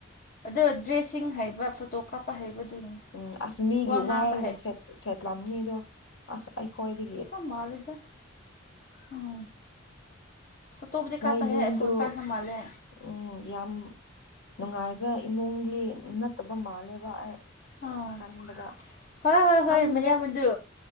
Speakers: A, on the left (about 45°); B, on the left (about 60°).
A: ꯑꯗꯣ ꯗ꯭ꯔꯦꯁꯁꯤꯡ ꯍꯩꯕ ꯐꯣꯇꯣ ꯀꯥꯞꯄ ꯍꯩꯕ ꯑꯗꯨꯒꯤꯅꯤ
B: ꯎꯝ ꯑꯁ ꯃꯤꯒꯤ
A: ꯋꯥ ꯉꯥꯡꯕ
B: ꯋꯥꯏꯔꯒ ꯁꯦꯠ ꯁꯦꯠꯂꯝꯅꯤ ꯑꯗꯣ ꯑ ꯑꯩꯈꯣꯏꯗꯤ
A: <unintelligible> ꯃꯥꯜꯂꯤꯗ ꯎꯝ ꯐꯣꯇꯣꯕꯨꯗꯤ
B: ꯃꯣꯏ
A: ꯀꯥꯞꯄ ꯍꯩꯌꯦ
B: ꯌꯨꯝꯗꯨ
A: ꯑꯥꯏ ꯐꯣꯟ ꯄꯥꯏꯕ ꯃꯥꯜꯂꯦ
B: ꯎꯝ ꯌꯥꯝ ꯅꯨꯡꯉꯥꯏꯕ ꯏꯃꯨꯡꯒꯤ ꯅꯠꯇꯕ ꯃꯥꯜꯂꯦꯕ ꯑꯩ
A: ꯑꯥ
B: ꯈꯟꯕꯗ
A: ꯍꯣꯏ ꯍꯣꯏ ꯍꯣꯏ
B: ꯈꯪꯗ꯭ꯔꯦ
A: ꯃꯌꯥꯝꯕꯗꯨ